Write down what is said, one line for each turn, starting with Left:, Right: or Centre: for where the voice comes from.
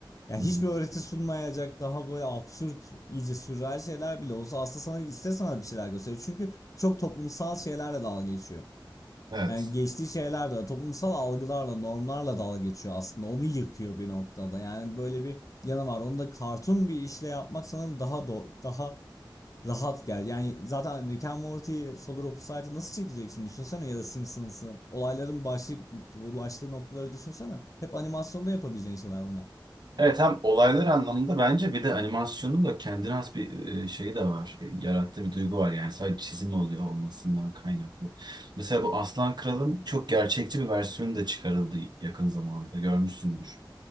Left: yani
Right: Hı
Left: hiçbir
Right: hı.
Left: öğreti sunmayacak daha böyle absürt iyice sürreal şeyler bile olsa aslında sana ister sana bir şeyler gösteriyor. Çünkü çok toplumsal şeylerle dalga geçiyor.
Right: Evet.
Left: Yani geçtiği şeyler de toplumsal algılarla, normlarla dalga geçiyor aslında. Onu yıkıyor bir noktada. Yani böyle bir yanı var. Onu da kartun bir işle yapmak sanırım daha do- daha rahat gel. Yani zaten Rick and Morty, Solar Opposite'ı nasıl çekeceksin düşünsene ya da Simpsons'ı. Olayların başlayıp ulaştığı noktaları düşünsene. Hep animasyonda yapabileceğin şeyler bunlar.
Right: Evet hem olaylar anlamında bence bir de animasyonun da kendine has bir e, şeyi de var. E, Yarattığı bir duygu var yani sadece çizim oluyor olmasından kaynaklı. Mesela bu Aslan Kral'ın çok gerçekçi bir versiyonu da çıkarıldı yakın zamanlarda görmüşsündür.